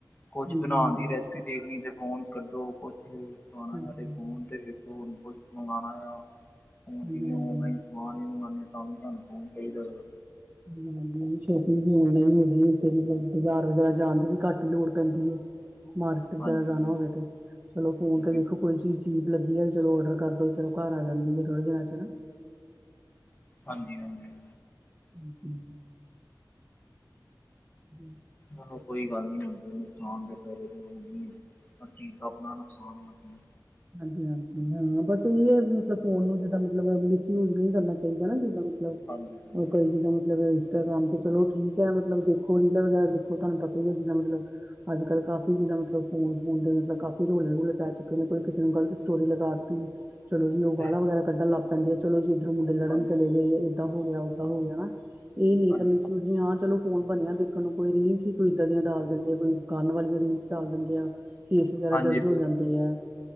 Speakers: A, on the right; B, on the left.
A: ਹਾਂਜੀ
B: ਕੁਛ ਬਣਾਉਣ
A: ਹਾਂਜੀ
B: ਦੀ, ਰੇਸਿਪੀ
A: ਹਾਂਜੀ
B: ਜੇ ਦੇਖਣੀ ਤੇ, ਫੋਨ ਕੱਢੋ ਕੁੱਛ ਖਾਣਾ
A: ਹਾਂਜੀ
B: ਤੇ ਫੋਨ ਤੇ ਹੋਰ, ਕੁਛ ਮੰਗਉਣਾ ਆ, ਜਿਵੇਂ
A: ਹਾਂਜੀ
B: ਔਨਲਾਈਨ
A: ਹਾਂਜੀ
B: ਨ ਮਨੋ ਤਾਂ ਵੀ, ਸਾਨੂੰ ਫੋਨ ਚਾਹੀਦਾ ਏ
A: ਮੰਮੀ ਦੀ ਸ਼ੋਪਿੰਗ ਵੀ ਔਨਲਾਈਨ ਹੋ ਗਈ, ਮਤਲਬ ਬਾਜ਼ਾਰ ਵਗੈਰਾ ਜਾਣ ਦੀ ਵੀ ਘੱਟ ਲੋੜ ਪੈਂਦੀ ਹੈ ਮਾਰਕੀਟ ਵਗੈਰਾ,
B: ਹਾਂਜੀ
A: ਜਾਣਾ
B: ਹਾਂਜੀ
A: ਹੋਵੇ ਤੇ ਚਲੋ ਫੋਨ
B: ਠੀਕ
A: ਤੇ ਦੇਖੋ
B: ਹੈ।
A: ਕੋਈ ਚੀਜ਼ ਚੀਪ ਲੱਗੀ ਹੈ, ਤੇ ਚਲੋ ਔਡਰ ਕਰ ਦੋ, ਚਲ ਘਰ ਆ ਜਾਂਦੀ ਹੈ ਥੋੜੇ ਦਿਨਾਂ ਚ, ਹਨਾ
B: ਹਾਂਜੀ-ਹਾਂਜੀ।
A: ਹਾਂਜੀ <unintelligible>
B: ਆਹੋ, ਕੋਈ ਗੱਲ ਨੀ ਹੁੰਦੀ ਹਾ ਕਰਕੇ, ਹਰਜੀਤ ਆਪਣਾ ਨੁਕਸਾਨ ਆਪਣਾ
A: ਹਾਂਜੀ-ਹਾਂਜੀ ਹਾਂ, ਬਸ ਇਹ ਹੈ ਮਤਲਬ ਫੋਨ ਨੂੰ ਜਿੱਦਾਂ ਮਤਲਬ ਮਿਸਯੂਜ ਨਹੀਂ, ਕਰਨਾ ਚਾਹੀਦਾ ਨਾ, ਜਿੱਦਾਂ ਲਓ
B: ਹਾਂਜੀ ਹਾਂਜੀ
A: ਅੰਕਲ ਜੀ ਮਤਲਬ, ਉ ਇਸਟਾਗ੍ਰਾਮ, ਤੇ ਚਲੋ ਠੀਕ ਹੈ ਮਤਲਬ ਦੇਖੋ, ਰੀਲਾਂ ਵਗੈਰਾ, ਦੇਖੋ ਤੁਹਾਨੂੰ ਪਤਾ ਹੀ ਹੈ ਜਿੱਦਾਂ ਮਤਲਬ ਅੱਜ ਕੱਲ ਕਾਫੀ ਜਿੰਦਾ ਮੱਤਲਬ ਫੋਨ ਫੂਨ ਕਾਫੀ ਰੋਲੇ ਰੂਲੇ ਪੈ ਚੁੱਕੇ ਨੇ ਕੋਈ ਕਿਸੇ ਨੂੰ, ਗਲਤ ਸਟੋਰੀ ਲਗਾ ਤੀ ਚਲੋ ਜੀ, ਉਹ
B: ਤੇ-
A: ਗਾਲਾਂ ਵਗੈਰਾ ਕੱਢਣ ਲੱ ਕਹਿੰਦੇ, ਆ ਚਲੋ ਜੀ ਇੱਧਰੋਂ ਮੁੰਡੇ ਲੜਨ
B: ਹਾਂਜੀ
A: ਚਲੇ ਗਏ, ਏਦਾਂ ਹੋ ਗਿਆ ਉੱਦਾਂ ਹੋ ਗਿਆ, ਹਨਾ ਇਹ ਨੀ
B: ਹਾਂਜੀ
A: ਤਾਂ ਮ ਸੀ ਹਾਂ, ਚਲੋ ਫੋਨ ਬਣਿਆ ਦੇਖ ਸਾਨੂੰ ਕੋਈ ਰੀਲਸ, ਹੀ ਕੋਈ ਇੱਦਾਂ ਦੀਆਂ ਡਾਲ ਦਿੰਦੇ ਆ, ਕੋਈ ਗਾਣੇ, ਵਾਲੀਆਂ ਰੀਲਸ ਡਾਲ ਦਿੰਦੇ ਆ ਕੇਸ ਵਗੈਰਾ,
B: ਹਾਂਜੀ
A: ਦਰਜ
B: ਬਿਲਕੁਲ
A: ਹੋ ਜਾਂਦੇ ਆ